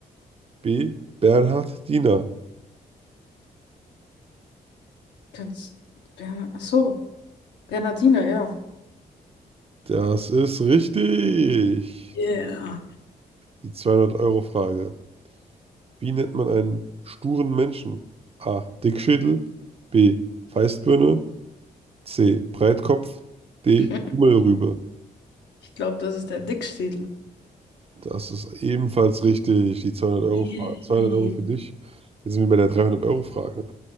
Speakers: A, on the right (about 35°); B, on the left (about 80°).
A: B. Bernhardiner.
B: kannst, Bern, ach so, Bernhardiner, ja.
A: Das ist richtig.
B: Yeah.
A: Die zweihundert euro frage Wie nennt man einen sturen Menschen? A. Dickschädel. B. Feistbirne. C. Breitkopf. D.
B: <laughs>
A: Kummelrübe.
B: Ich glaube, das ist der Dickschädel.
A: Das ist ebenfalls richtig. Die zweihundert euro
B: Yay.
A: frage Zweihundert Euro für dich. Jetzt sind wir bei der dreihundert euro frage